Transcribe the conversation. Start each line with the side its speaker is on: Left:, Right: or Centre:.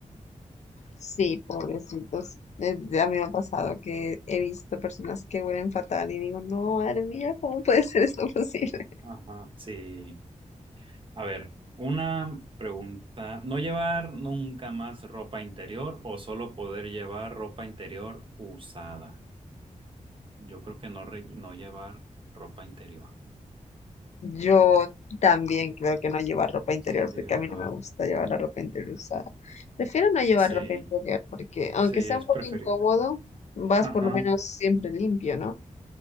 Left: Sí, pobrecitos. Desde- a mí me ha pasado que he visto personas que huelen fatal y digo, no, madre mía, ¿cómo puede ser esto <laughs> posible?
Right: Ajá, sí. A ver, una pregunta. ¿No llevar nunca más ropa interior o solo poder llevar ropa interior usada? Yo creo que no, re- no llevar ropa interior.
Left: Yo también creo que no llevar ropa interior
Right: Sí,
Left: porque
Right: ¿verdad?
Left: a mí no me gusta llevar la ropa interior usada. Prefiero no llevar
Right: Sí,
Left: ropa interior porque
Right: sí,
Left: aunque
Right: es
Left: sea un poco
Right: preferible.
Left: incómodo, vas
Right: Ajá,
Left: por lo menos siempre limpio, ¿no?